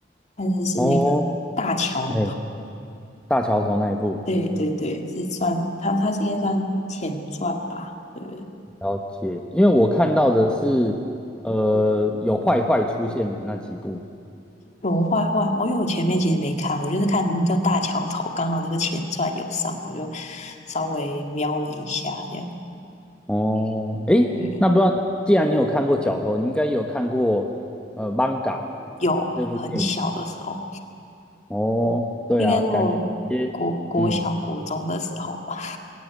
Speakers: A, on the left (about 40°); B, in the centre.
A: 但是是那个大桥头。
B: 哦，哎，大桥头那一部，
A: 对对对，是算它它是应该算前传吧？对。
B: 了解。因为我看到的是，呃，有坏坏出现的那几部。
A: 有坏坏，我因为我前面其实没看，我就是看叫大桥头，刚好那个前传有上，我就稍微瞄了一下，这样。
B: 哦，哎，
A: 对，
B: 那不知道，既然你有看过角头，你应该也有看过呃《Manga》
A: 有很小的时候，
B: 这部电影。哦，对啊，
A: 应该是我国国小国中的时候吧，
B: 感觉这些。嗯。